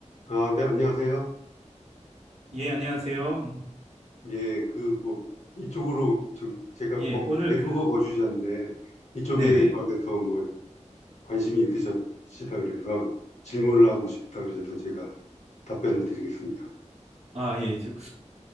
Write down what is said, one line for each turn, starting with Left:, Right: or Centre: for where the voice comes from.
Left: 아, 네, 안녕하세요.
Right: 예, 안녕하세요.
Left: 예, 그, 뭐, 이쪽으로, 저기, 제가
Right: 예,
Left: 범-
Right: 오늘
Left: 밴쿠버
Right: 그,
Left: 거주자인데, 이쪽에
Right: 네네.
Left: 관해서 뭐, 관심이 있으시다 그래서 질문을 하고 싶다 그러셔서 제가 답변을 드리겠습니다.
Right: 아, 예, 즉,